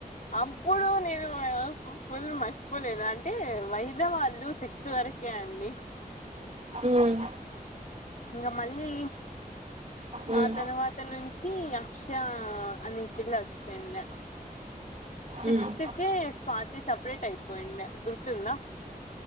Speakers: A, on the left; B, on the right.
A: అప్పుడు నేను ఫుల్ మర్చిపోలేద అంటే వహీదా వాళ్ళు సిక్త్ వరకే అండి.
B: ఉమ్
A: ఇంకా మళ్ళీ
B: ఉమ్
A: ఆ తర్వాత నుంచి అక్ష ఆ అని పిల్ల వచ్చేండి సిక్స్త్
B: ఉమ్
A: కి స్వాతి సపరేట్ అయిపోంది. పోయిందా గుర్తుంద